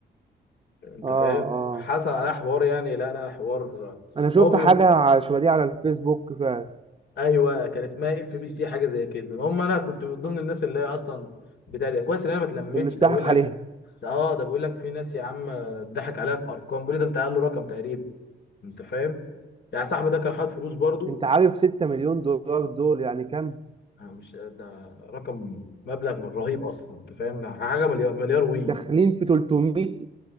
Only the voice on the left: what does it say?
انت
فاهم
حصل على حوار يعني لا لا حوار
هو بي...
ايوه كان اسمها اف بي سي حاجه زي كده المهم انا كنت من ضمن الناس اللي هي اصلا بتاع ده كويس ان انا ما اتلمتش
ده بقول لك
ده اه ده بيقول لك في ناس يا عم ضحك عليها في ارقام بيقول لي ده انت قال له رقم تقريبا انت فاهم يعني صاحبي ده كان حاطط فلوس برضو
أنا مش ده رقم مبلغ رهيب اصلا انت فاهم حاجه مليار مليار وي